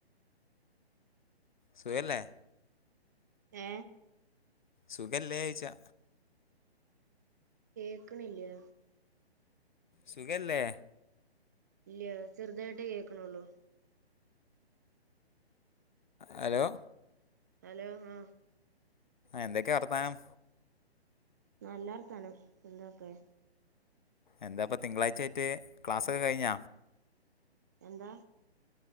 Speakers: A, on the left; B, on the right.
A: സുഖം ല്ലേ
B: ഏ
A: സുഖല്ലേ ചോദിച്ചാ
B: കേക്കണിലേ
A: സുഖല്ലേ
B: ഇല്ല ചെറുതായിട്ടേ കേൾക്കണള്ളോ
A: ഹലോ
B: ഹലോങ്ങ
A: എന്തൊക്കാ വർത്ഥാനം
B: നല്ലവർഥാനം എന്തൊക്കെ
A: എന്താപ്പോ തിങ്കളാഴ്ച ആട്ട് ക്ലാസ്ക്കെ കഴിഞ്ഞ
B: എന്താ